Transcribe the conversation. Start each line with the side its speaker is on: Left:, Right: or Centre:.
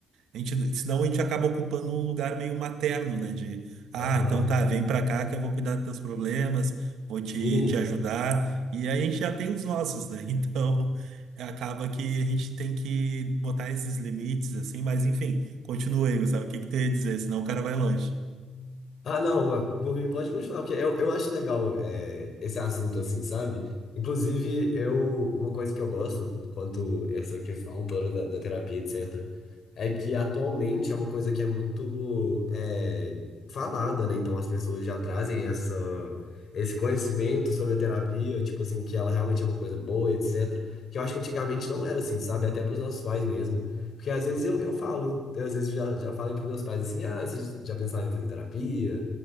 Right: a gente, senão a gente acaba ocupando um lugar meio materno, né? De, ah,
Left: Aham.
Right: então tá, vem pra cá que eu vou cuidar dos teus problemas, vou te,
Left: Sim.
Right: te ajudar. E aí a gente já tem os nossos, né? <laughs> Então acaba que a gente tem que botar esses limites, assim, mas enfim, continua aí, sabe? O que que tu ia dizer? Senão o cara vai longe.
Left: Ah, não, por mim pode continuar, porque eu, eu acho legal é, esse assunto, assim, sabe? Inclusive, eu, uma coisa que eu gosto quanto essa questão toda da, da terapia, etc. é que atualmente é uma coisa que é muito é, falada, né? Então as pessoas já trazem essa, esse conhecimento sobre a terapia, tipo assim, que ela realmente é uma coisa boa, etc. Que eu acho que antigamente não era assim, sabe? Até pros nossos pais mesmo. Porque às vezes eu, eu falo, eu, às vezes já, já falei pros meus pais assim, ah, vocês já pensaram em fazer terapia?